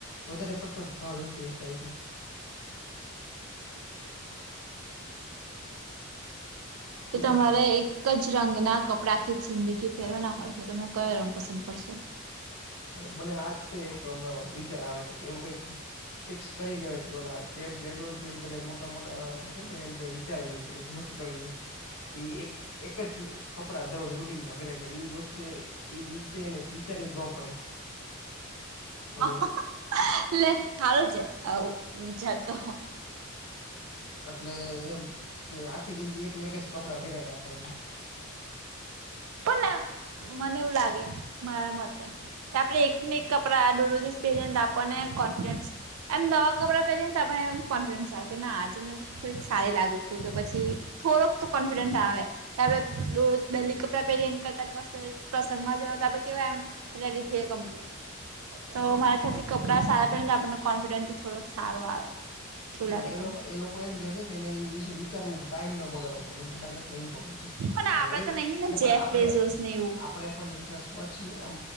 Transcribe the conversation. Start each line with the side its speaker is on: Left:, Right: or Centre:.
Left: વધારે પડતો ભાવ ઇન્ક્રીઝ થાય છે.
Right: <inaudible> કે
Left: પૂછો
Right: તમારે
Left: પૂછો
Right: એક? ઐકજ રંગના કપડા આખી જિંદગી પેરવાના હોય તો તમે કયો રંગ પસંદ કરશો?
Left: મને આજતે એક હમણાં વિચાર આવે છે કે એવું કઈક ફિક્સ કરી લેવાય કે ઓલા જે બેજ્જો ને એ બધા મોટા મોટા અ છે <unintelligible> વિચારેલું છે એવું નક્કી કરેલું છે. કે ઈ એક એક જ કપડા દરરોજ રૂટીનમાં પેરે એટલે ઈ વર્ષે ઈ વિશે ને વિ વિચારવું જ ન પડે. ઓલું
Right: <unintelligible> લે હારું છે આવું વિચારતા હો
Left: અટલે એમ કે આખી જિંદગી એક ને એક જ કપડાં પહેરા રાખવા એમ
Right: એમ મને એવું લાગે મારા મતે કે આપણે એક ને એક કપરા દુરરોજ પહેરીને આપણને કોન્ફિડન્સ એમ નવા કપડા પહેરીએ ને તો આપણને કોન્ફિડન આવે કે ના આજ મે થોડીક સારી લાગુ છું કે પછી થોડોક તો કોન્ફિડન્ટ આવે <unintelligible> <unintelligible> કસે પ્રસંગમાં જતા આપણે કેવા એમ રેડી થેઈએ કમ્પ્લીટ. તો મારા ખ્યાલથી કપડાં સારા પેહરે ને તો આપણ ને કોન્ફિડન્સથી થોડોક સારો આવે. એવું
Left: <unintelligible>
Right: લાગે
Left: લોકો
Right: તમને
Left: એ લોકો એમ કે છે કેને એ વિશે વિચારવું ટાઈમ ના બગડવો પડે એનો ટાઈમ એટલો ઇમ્પોર્ન્ટ છે.
Right: પણ
Left: અને
Right: આપડે
Left: એ
Right: તો નહીં ને
Left: અને પણ
Right: જેફ
Left: આપણેે
Right: બેઝોસ
Left: આપ
Right: ને એવું
Left: આપડે પણ એટલા સ્વચ્છ નહી, આમ